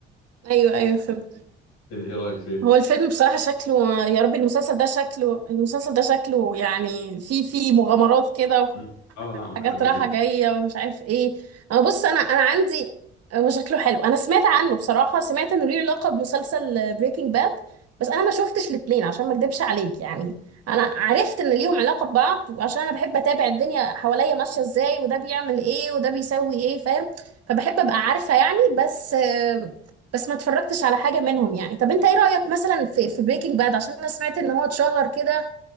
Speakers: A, on the right; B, on the left.
A: ايوه ايوه فهمت
B: ايه إيه رأيك فيه؟
A: هو الفيلم بصراحة شكله يا ربي المسلسل ده شكله المسلسل ده شكله يعني في في مغامرات كده
B: مم. اه لا انا بحبه
A: حاجات رايحة
B: جدا
A: جاية ومش عارف ايه انا بص انا انا عندي هو شكله حلو انا سمعت عنه بصراحة سمعت انه ليه لقب مسلسل بريكنج باد بس انا ما شفتش الاتنين عشان ما اكدبش عليك يعني انا عرفت ان ليهم علاقة ببعض وعشان انا بحب اتابع الدنيا حواليا ماشية ازاي وده بيعمل ايه وده بيسوي ايه فاهم فبحب ابقى عارفة يعني بس آه، بس ما اتفرجتش على حاجة منهم يعني طب انت ايه رأيك مثلا في في بريكنج باد عشان انا سمعت ان هو اتشهر كده